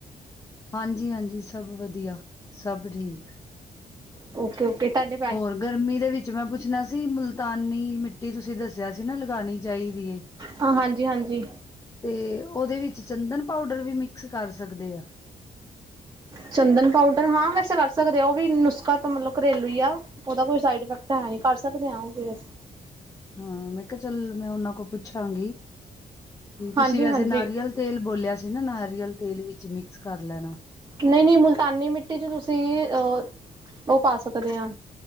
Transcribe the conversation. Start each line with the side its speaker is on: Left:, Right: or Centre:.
Left: ਹਾਂਜੀ- ਹਾਂਜੀ ਸਬ ਵਦੀਆ ਸਬ ਠੀਕ।
Right: ਓਕੇ- ਓਕੇ, ਤਾਡੇ
Left: ਹੋਰ ਗਰਮੀ ਦੇ ਵਿੱਚ ਮੈਂ ਪੁੱਛਣਾ ਸੀ ਮੁਲਤਾਨੀ ਮਿੱਟੀ ਤੁਸੀਂ ਦੱਸਿਆ ਸੀ ਨਾ ਲਗਾਣੀ ਚਾਈਦੀ ਏ।
Right: ਆ ਹਾਂਜੀ- ਹਾਂਜੀ।
Left: ਤੇ ਓਦੇ ਵਿੱਚ ਚੰਦਨ ਪਾਊਡਰ ਵੀ ਮਿਕਸ ਕਰ ਸਕਦੇ ਆ?
Right: ਚੰਦਨ ਪਾਊਡਰ ਹਾਂ ਵੈਸੇ ਕਰ ਸਕਦੇ ਉਹ ਵੀ ਨੁਸਖਾ ਤਾਂ ਮਤਲਬ ਘਰੇਲੂ ਹੀ ਆ ਉਹਦਾ ਕੋਈ ਸਾਈਡ ਇਫੈਕਟ ਹੈਨੀ ਕਰ ਸਕਦੇ ਆ ਉਹ ਵੀ ਅਸੀ।
Left: ਹਾਂ ਮੈਂ ਕੇਆ ਚੱਲ ਮੈਂ ਓਨਾਂ ਕੋ ਪੁੱਛਾਂਗੀ, ਕਿ ਤੂਸੀ
Right: ਹਾਂਜੀ
Left: ਵੈਸੇ
Right: ਹਾਂਜੀ
Left: ਨਾਰੀਅਲ ਤੇਲ ਬੋਲੇਆ ਸੀ ਨਾ ਨਾਰੀਅਲ ਤੇਲ ਵਿਚ ਮਿਕਸ ਕਾਰ ਲੈਣਾ।
Right: ਨਈ -ਨਈ ਮੁਲਤਾਨੀ ਮਿੱਟੀ ਚ ਤੂਸੀ ਅ, ਓ ਪਾ ਸਕਦੇ ਆਂ